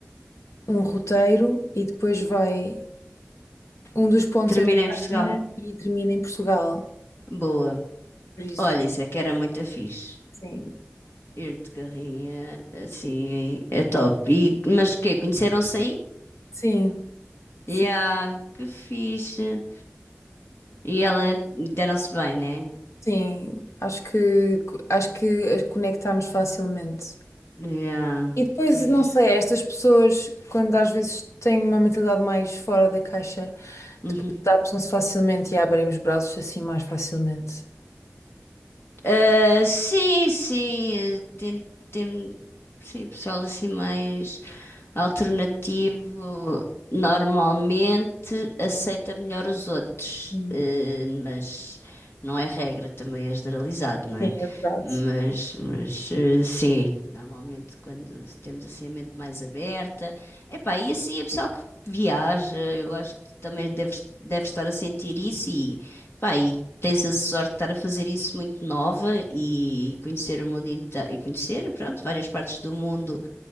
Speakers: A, on the left; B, on the left.
A: um roteiro e depois vai. Um dos pontos
B: Termina
A: é Espanha
B: em Portugal.
A: e termina em Portugal.
B: Boa.
A: Por isso,
B: Olha, isso é que era muito fixe.
A: sim.
B: Ir de carrinha, assim, é top. E, mas quê? Conheceram-se aí?
A: Sim.
B: Yeah,
A: sim.
B: que fixe. E ela deram-se bem, né?
A: Sim, acho que acho que as conectamos facilmente.
B: Yeah,
A: E depois,
B: fixe.
A: não sei, estas pessoas, quando às vezes têm uma mentalidade mais fora da caixa,
B: Uhum.
A: depois adaptam-se facilmente e abrem os braços assim mais facilmente.
B: Ah, sim, sim. eh, Tem, tem, sim, pessoal assim mais. Alternativo normalmente aceita melhor os outros,
A: Sim,
B: eh, mas não é regra, também é generalizado, não é?
A: sim, é verdade.
B: Mas, mas eh, sim, normalmente quando temos assim a mente mais aberta, epá, e assim a pessoa que viaja, eu acho que tu também deves, deves estar a sentir isso e, pá, e tens a sorte de estar a fazer isso muito nova e conhecer o mundo inteiro, e conhecer, pronto, várias partes do mundo